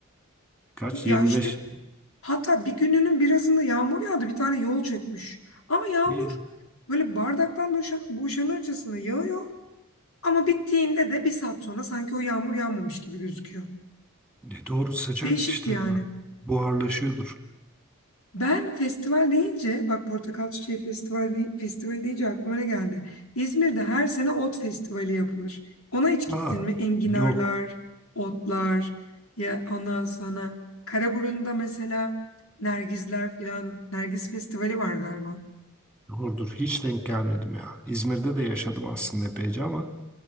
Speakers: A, in the centre; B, on the left.
A: Kaç?
B: Ya
A: 25.
B: işte hatta bir gününün birazında yağmur yağdı. Bir tane yol çökmüş. Ama yağmur
A: Ne?
B: böyle bardaktan boşa- boşanırcasına yağıyor. Ama bittiğinde de bir saat sonra sanki o yağmur yağmamış gibi gözüküyor.
A: Ne E doğru sıcak
B: Değişikti
A: işte
B: yani.
A: hemen. Buharlaşıyordur.
B: Ben festival deyince, bak Portakal Çiçeği Festival dey- festivali deyince aklıma ne geldi? İzmir'de her sene ot festivali yapılır. Ona hiç gittin
A: Aa,
B: mi? Enginarlar,
A: yok.
B: otlar, ya ondan sonra Karaburun'da mesela Nergizler filan, Nergiz Festivali var galiba.
A: Doğrudur. Hiç denk gelmedim ya. İzmir'de de yaşadım aslında epeyce ama